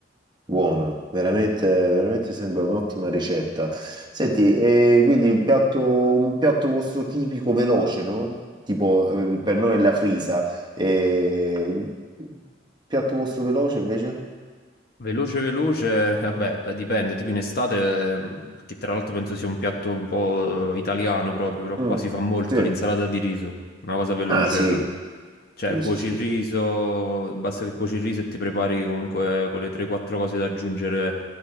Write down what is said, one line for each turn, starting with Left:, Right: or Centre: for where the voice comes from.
Right: Buona, veramente, veramente sembra un'ottima ricetta. Senti, e quindi il piatto, un piatto vostro tipico veloce, no? Tipo, eh, per noi è la frisa. E... un Piatto vostro veloce invece?
Left: Veloce, veloce, vabbè, dipende, tipo in estate, ehm, che tra l'altro penso sia un piatto un po' eh, italiano proprio, però
Right: Mm,
Left: qua si fa molto
Right: sì.
Left: l'insalata di riso, una cosa veloce,
Right: Ah, sì,
Left: cioè
Right: sì,
Left: cuoci
Right: sì, sì.
Left: il riso,
Right: sì.
Left: basta che cuoci il riso e ti prepari comunque quelle 3-4 cose da aggiungere